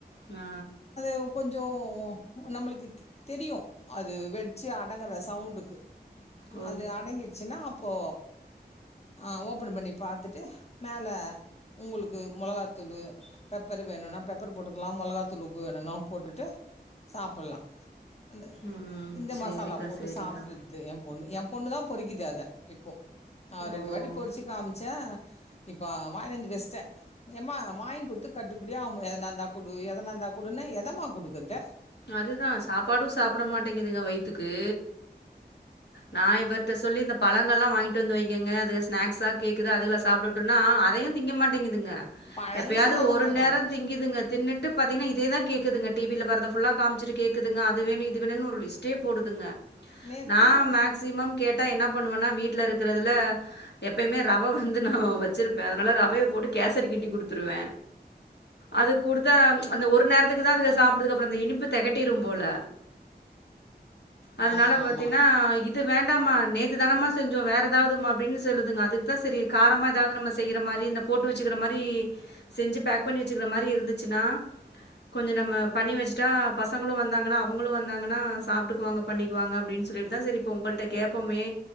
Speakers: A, on the left (about 85°); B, on the left (about 40°).
A: ஆ
B: ஒ கொஞ்சோ நம்மளுக்கு தெ தெரியு அது வெட்ச்சு அடங்கற சவுண்டுக்கு
A: ஓ!
B: அது அடங்கிட்ச்ன்னா அப்போ ஆ ஓப்பன் பண்ணி பாத்துட்டு மேல உங்களுக்கு மொளகாத்தூளூ பெப்பரு வேணுனா பெப்பரு போட்டுக்கலா மொளகா தூள் உப்பு வேணுனாலு போட்டுட்டு சாப்புலா அந்த
A: ம்.
B: இந்த
A: சரிக்கா,
B: மசாலா போட்டு
A: சரிக்கா.
B: சாப்ட்டு தே ஏ பொண்ணு ஏ பொண்ணு தா பொறிக்குது அத இப்போ ரெண்டு
A: ஓ!
B: வாட்டி பொறிச்சு காமிச்சே இப்ப வாயினந்து வெஸ்ட்டே ஏமா வாங்கி குடுத்து கட்டுபடியா ஆவமா எதனாந்தா குடு எதனாந்தா குடுனா எதம்மா குடுக்குறது
A: அதுதா சாப்பாடு சாப்பிட மாட்டேங்குதுங்க வயித்துக்கு நா இவர்ட்ட சொல்லி இந்த பழங்கல்லா வாங்கிட்டு வந்து வைங்கங்க அதுக ஸ்னாக்ஸா கேக்குது அதுகல சாப்ட இப்பனா அதையு திங்க மாட்டேங்குதுங்க
B: பழங்களு
A: எப்பயாவது
B: சாப்ட
A: ஒரு
B: மாட்டாங்க
A: நேர திங்கிதுங்க தின்னுட்டு பாத்திங்கன்னா இதேதா கேக்குதுங்க டிவில வர்றத ஃபுல்லா காமிச்சிட்டு கேக்குதுங்க அது வேணு இது வேணுனு ஒரு லிஸ்ட்டே போடுதுங்க
B: நேத்து
A: நா மேக்சிமம்
B: ப-
A: கே ட்டா என்ன பண்ணுவன்னா வீட்ல இருக்கிறதுல எப்பயுமே ரவ வந்து நான் வச்சிருப்பே அதனால ரவைய போட்டு கேசரி கிண்டி குடுத்துருவே அது குடுத்தா அந்த ஒரு நேரத்துக்கு தா அதுக சாப்பிடுதுக அப்புற அந்த இனிப்பு தெகட்டிரு போல அதுனால
B: ஆமா
A: பாத்தீன்னா
B: ஆமா
A: இது இது வேண்டாமா நேத்து தானமா செஞ்சோ வேற எதாவதுமா அப்டின்னு சொல்லுதுங்க அதுக்குதா சரி காரமா எதாவது நம்ம செய்யற மாரி இந்த போட்டு வச்சுக்கிற மாரி செஞ்சி பேக் பண்ணி வச்சுக்கிற மாரி இருந்துச்சுனா கொஞ்ச நம்ம பண்ணி வச்சிட்டா பசங்களு வந்தாங்கன்னா அவங்களு வந்தாங்கன்னா சாப்ட்டுக்குவாங்க பண்ணிக்குவாங்க அப்டின்னு சொல்லிட்டு தா சரி இப்போ உங்கள்ட்ட கேட்போமே